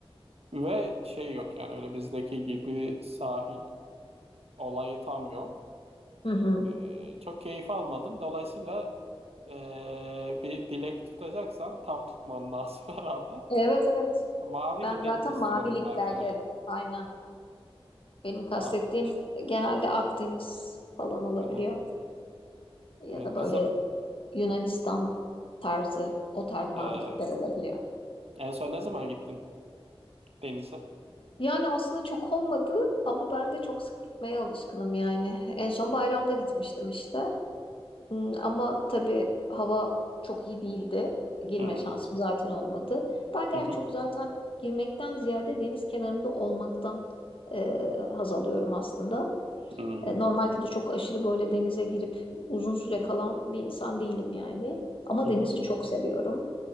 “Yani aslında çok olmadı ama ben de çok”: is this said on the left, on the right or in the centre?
Left